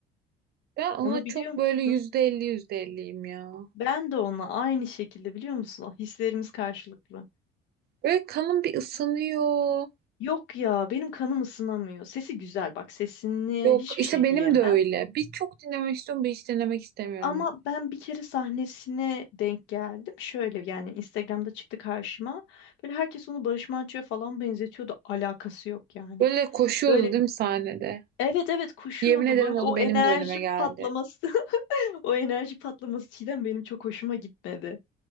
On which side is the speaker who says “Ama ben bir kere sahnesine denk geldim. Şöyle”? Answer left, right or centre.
Left